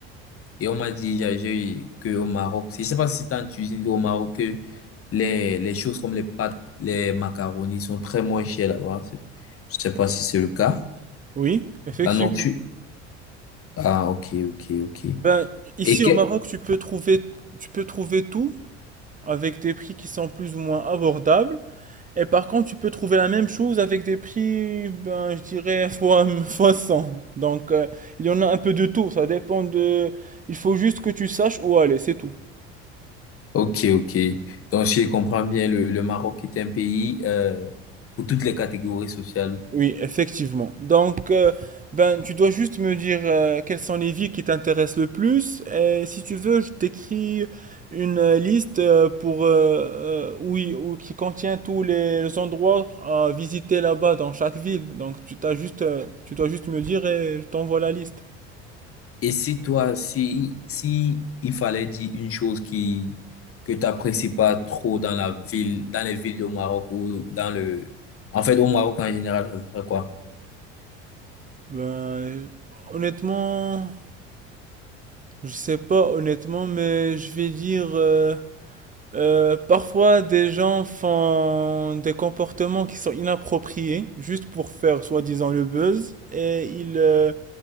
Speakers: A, on the left; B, on the right.
A: Et on m'a dit, j'ai j'ai- eu que au Maroc, je sais pas si c'est en Tunisie ou au Maroc, que les, les choses comme les pâtes, les macaronis sont très moins chères là-bas. C'est- Je sais pas si c'est le cas.
B: Oui, effectivement.
A: La nourriture. Ah, ok, ok, ok.
B: Ben, ici
A: Et que,
B: au Maroc, tu peux trouver, tu peux trouver tout. avec des prix qui sont plus ou moins abordables. Et par contre, tu peux trouver la même chose avec des prix, ben, je dirais, fois, fois 100. Donc, euh, il y en a un peu de tout. Ça dépend de, il faut juste que tu saches où aller, c'est tout.
A: ok, ok. Donc, je comprends bien, le, le Maroc est un pays, euh, pour toutes les catégories sociales.
B: Oui, effectivement. Donc, euh, ben, tu dois juste me dire euh, quelles sont les villes qui t'intéressent le plus. Et si tu veux, je t'écris une euh, liste euh, pour euh, euh, oui, ou qui contient tous les, les endroits à visiter là-bas dans chaque ville. Donc, tu t'as juste, euh, tu dois juste me dire et je t'envoie la liste.
A: Et si toi, si, si il fallait dire une chose qui, que t'apprécies pas trop dans la ville, dans les villes au Maroc ou dans le, en fait, au Maroc en général, ça serait quoi?
B: Ben, honnêtement, je sais pas honnêtement, mais je vais dire. euh, Euh, parfois, des gens font des comportements qui sont inappropriés, juste pour faire soi-disant le buzz, et ils, euh,